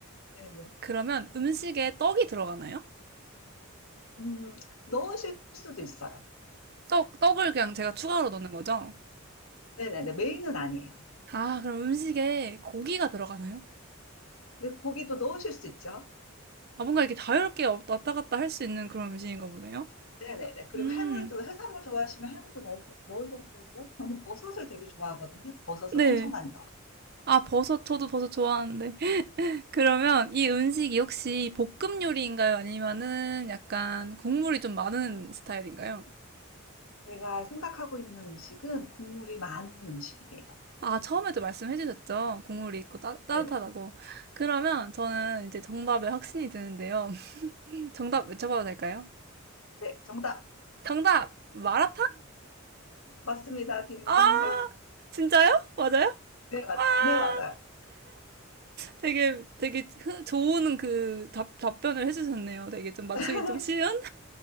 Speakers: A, on the left; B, on the right.
A: 네네.
B: 그러면 음식에 떡이 들어가나요?
A: 음, 넣으실 수도 있어요.
B: 떡, 떡을 그냥 제가 추가로 넣는 거죠?
A: 네네네. 메인은 아니에요.
B: 아, 그럼 음식에 고기가 들어가나요?
A: 근데 고기도 넣으실 수 있죠.
B: 아, 뭔가 이렇게 자유롭게 왔다 갔다 할 수 있는 그런 음식인가 보네요?
A: 네네네. 그리고
B: 음,
A: 해물도 해산물 좋아하시면 해물도 넣으셔, 넣으셔도 되고요. 저는 버섯을 되게 좋아하거든요. 버섯을
B: 네.
A: 엄청 많이 넣어요.
B: 아, 버섯, 저도 버섯 좋아하는데. <laughs> 그러면 이 음식이 혹시 볶음 요리인가요? 아니면은 약간 국물이 좀 많은 스타일인가요?
A: 제가 생각하고 있는 음식은 국물이 많은 음식이에요.
B: 아, 처음에도 말씀해 주셨죠? 국물이 있고 따, 따뜻하다고.
A: 네네.
B: 그러면 저는 이제 정답에 확신이 드는데요. <laughs> 정답 외쳐봐도 될까요?
A: 네, 정답.
B: 정답! 마라탕?
A: 맞습니다. 딩동대.
B: 아! 진짜요? 맞아요?
A: 네, 맞아.
B: 아!
A: 네, 맞아요.
B: 되게, 되게 흐- 좋은 그 답, 답변을 해주셨네요. 되게 좀 맞추기
A: <laughs>
B: 좀 쉬운?